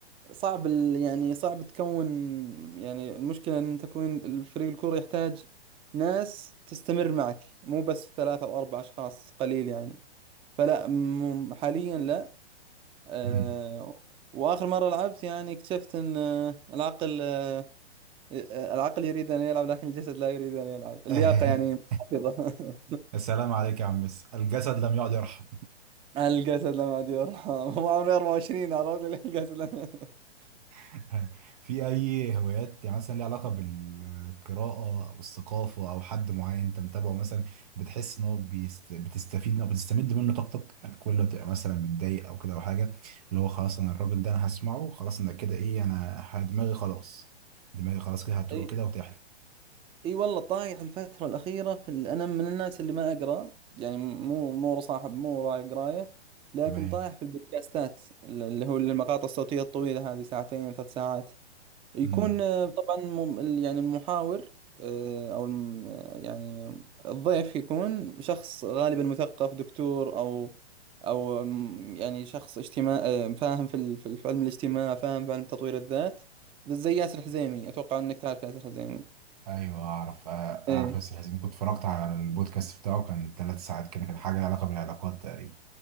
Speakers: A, on the right; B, on the right.
A: صعب ال- يعني صعب تكون يعني المشكلة ان تكون الفريق الكورة يحتاج ناس تستمر معك مو بس ثلاثة او اربع اشخاص قليل يعني فلا م- حاليا لا آه،
B: مم.
A: واخر مرة لعبت يعني اكتشفت ان آه، العقل آه، العقل يريد أن يلعب لكن الجسد لا يريد أن يلعب
B: <laughs>
A: اللياقة يعني محافظة
B: السلام عليك يا عم ميسي الجسد لم يعد يرحم
A: <laughs> على الجسد لم عاد يرحم <laughs> هو عمري 24 عرفت ليه الجسد لم <laughs>
B: <laughs> في اي هوايات مثلا ليها علاقه بالقراءه او الثقافه او حد معين انت متابعه مثلا بتحس ان هو بيست... بتستفيد منه او بتستمد منه طاقتك يعني كل ما تبقى مثلا متضايق او كده او حاجه اللي هو خلاص انا الراجل ده انا هسمعه خلاص انا كده ايه انا ه- دماغي خلاص دماغي خلاص كده هتروق
A: اي
B: كده وتحلى
A: اي والله طايح الفترة الأخيرة في ال... أنا من الناس اللي ما أقرأ يعني مو مو صاحب مو راعي قراية لكن
B: تمام
A: طايح في البودكاستات اللي هو المقاطع الصوتية الطويلة هذه ساعتين ثلاث ساعات يكون
B: امم
A: آه، طبعا مم- ال- يعني المحاور آه، او الم- يعني الضيف يكون شخص غالبا مثقف دكتور او او مم، يعني شخص اجتماع آه، فاهم في ال- في ال- في علم الاجتماع فاهم في علم تطوير الذات زي ياسر الحزيمي اتوقع انك تعرف ياسر الحزيمي
B: ايوه اعرف اعرف
A: ايه
B: ياسر حزين كنت اتفرجت على البودكاست بتاعه كان ثلاث ساعات كده كان حاجه لها علاقه بالعلاقات تقريبا